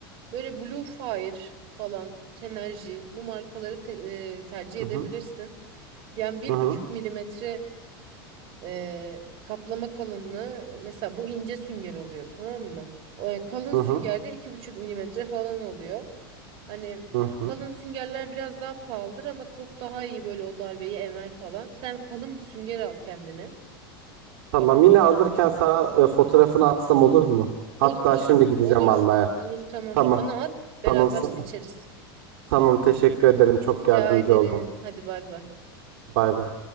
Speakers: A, on the right; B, on the right.
A: böyle Blue Fire falan, Tenergy bu markaları te- e, tercih
B: Hı
A: edebilirsin.
B: hı.
A: Yani bir
B: Hı hı.
A: buçuk milimetre e, kaplama kalınlığı e, mesela bu ince sünger oluyor tamam mı? O, e, kalın
B: Hı
A: süngerde
B: hı.
A: iki buçuk milimetre falan oluyor. Hani
B: Hı hı.
A: kalın süngerler biraz daha pahalıdır ama top daha iyi böyle o darbeyi emer falan. Sen kalın bir sünger al kendine.
B: Tamam yine alırken sana e, fotoğrafını atsam olur mu?
A: Olur
B: Hatta
A: olur
B: şimdi gideceğim
A: olur
B: almaya.
A: olur tamam
B: Tamam.
A: bana at beraber
B: Tamam. sa-
A: seçeriz.
B: Tamam teşekkür ederim. Çok
A: Rica
B: yardımcı
A: ederim.
B: oldun.
A: Hadi bay bay.
B: Bay bay.